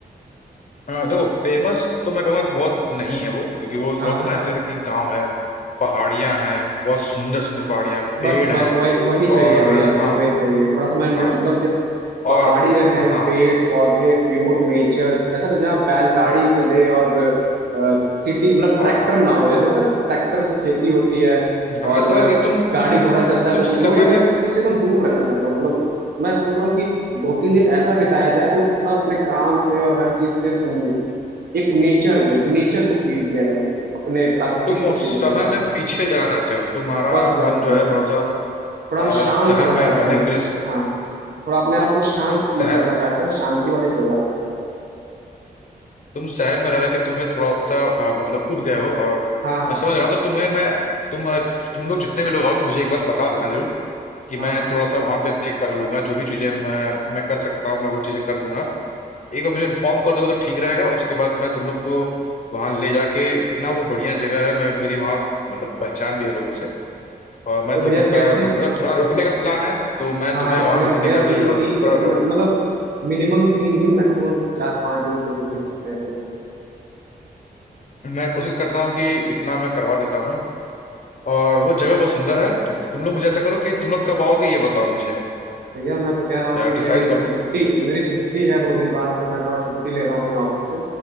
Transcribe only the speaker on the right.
हाँ
हाँ
बस
बस
वही वही चाहिए
भैया मुझे
वही चाहिए थोड़ा सा मैं न-
मतलब जो पहाड़ी
रहे
पेड़ पौधे प्योर नेचर ऐसा नहीं जहाँ बैलगाड़ी चले और सिटी मतलब ट्रैक्टर
ना हो जैसे होता है ना ट्रैक्टर से खेती होती है
और
गाड़ी
घोड़ा चलता है
तो वो,
वो एकदम
उस चीज से एकदम दूर रहना चाहता हूँ मतलब मैं सोच रहा हूँ कि दो तीन दिन ऐसा बिताया जाए जो थोड़ा अपने काम से और हर चीज से दूर एक नेचर में नेचर को फील किया जाए अपने प्राकृतिक
को फील
किया जाए
बस बस
बस
बस
थोड़ा हम शांत
होना
चाहते
हैं
हाँ थोड़ा अपने आप को शांत फील
करना चाहते हैं शांति वाली जगह पे
हाँ हाँ
हाँ
हाँ
तो
भैया
कैसे
हाँ
हाँ
हाँ, रुकने
का भैया
तीन
तीन
म- मतलब मिनिमम तीन दिन मैक्सिमम चार पांच दिन तो रुक ही सकते हैं भैया
भैया मैं तो कह रहा हूँ
कि मेरी
छुट्टी
मेरी छुट्टी है दो दिन बाद से मैं थोड़ा छुट्टी ले रहा हूँ अपने ऑफिस से